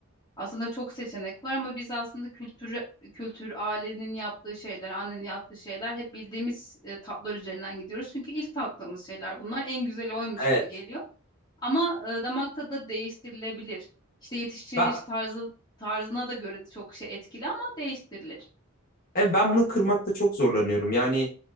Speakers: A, on the left; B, on the left.
A: aslında çok seçenek var ama biz aslında kültür, kültür, ailenin yaptığı şeyler, annenin yaptığı şeyler hep bildiğimiz e, tatlar üzerinden gidiyoruz. Çünkü ilk tattığımız şeyler bunlar. En güzeli oymuş
B: Evet.
A: gibi geliyor. Ama e, damak tadı da değiştirilebilir. İşte yetiştiriliş
B: Ben
A: tarzı tarzına da göre de çok şey etkili ama değiştirilir.
B: e, ben bunu kırmakta çok zorlanıyorum. Yani